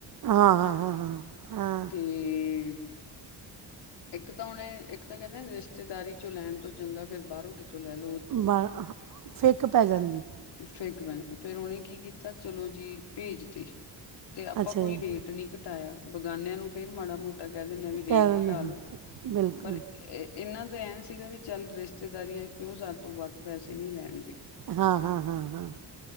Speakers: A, on the right; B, on the left.
A: ਹਾਂ-ਹਾਂ-ਹਾਂ-ਹਾਂ-ਹਾਂ।
B: ਹੂੰ। ਇੱਕ ਤਾਂ ਹੁਣ ਐ ਇੱਕ ਤਾਂ ਕਹਿੰਦੇ ਰਿਸ਼ਤੇਦਾਰੀ ਚੋਂ ਲੈਣ ਤੋਂ ਚੰਗਾ ਫੇਰ ਬਾਹਰੋਂ ਕਿਤੋਂ ਲੈ ਲੋ।
A: ਬ ਫਿਕ ਪੈ ਜਾਂਦੀ।
B: ਫਿਕ ਪੈ ਫੇਰ ਉਹਨੇ ਕੀ ਕੀਤਾ ਚਲੋ ਜੀ ਭੇਜਤੀ। ਤੇ ਆਪਾਂ
A: ਅੱਛਾ
B: ਕੋਈ
A: ਜੀ
B: ਰੇਟ ਨੀ ਘਟਾਇਆ ਬਗਾਨਿਆਂ ਨੂੰ ਫੇਰ ਮਾੜਾ ਮੋਟਾ ਕਹਿ ਦਿੰਨੇ ਆ ਵੀ ਰੇਟ
A: ਕਹਿ ਦਿੰਦੇ
B: ਘਟਾ
A: ਹਾਂ
B: ਲੋ
A: ਬਿਲਕੁਲ
B: ਪਰ ਇਹ ਇਹਨਾਂ ਤਾਂ ਐਂ ਸੀਗਾ ਵੀ ਚੱਲ ਰਿਸ਼ਤੇਦਾਰੀਆਂ ਕਿਉਂ ਸਾਡੇ ਤੋਂ ਵੱਧ ਪੈਸੇ ਨੀ ਲੈਣਗੇ।
A: ਹਾਂ-ਹਾਂ-ਹਾਂ-ਹਾਂ,